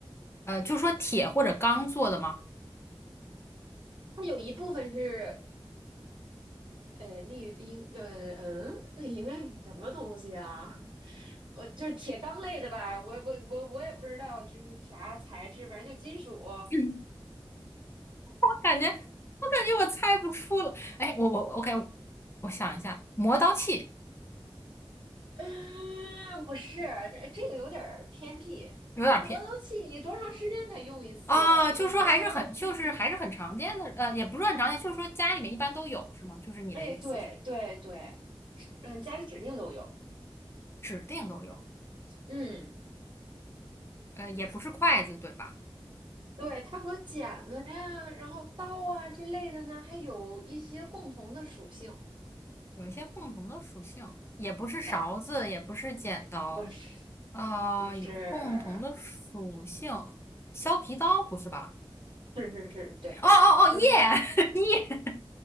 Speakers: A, on the left; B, on the right.
A: 呃，就说铁或者钢做的吗？
B: 它有一部分是，呃，那个应呃嗯，那应该是什么东西啊？<laughs> 呃，就是铁钢类的吧？我我我我也不知道这是啥材质，反正就金属。
A: <clears throat> 感觉我感觉我猜不出了。哎，我我 OK，我想一下，磨刀器
B: 嗯，不是，这这个有点儿偏僻。
A: 有点偏
B: 这磨刀器你多长时间才用一次？
A: 啊，就说还是很就是还是很常见的，
B: 那我说的这个。
A: 呃，也不是很常见，就是说家里面一般都有是吗？就是你的意思是
B: 哎，对对对，指嗯，家里指定都有。
A: 指定都有，
B: 嗯，
A: 呃，也不是筷子对吧？
B: 对，它和剪子呀，然后刀啊这类的呢，还有一些共同的属性。
A: 有一些共同的属性，也不是勺子，
B: 哎，
A: 也不是剪刀，
B: 不是
A: 啊、
B: 不是，
A: 有共同的属性，削皮刀不是吧？
B: 是是是，对，
A: 哦哦哦，
B: 就是
A: 耶 <laughs> 耶，